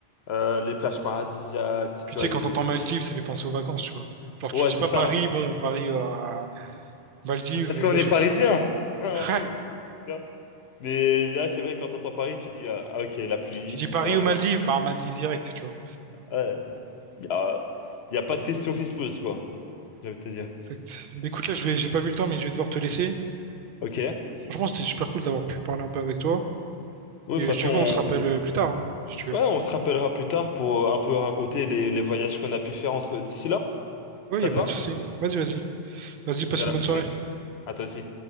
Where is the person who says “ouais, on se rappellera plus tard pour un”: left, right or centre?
Left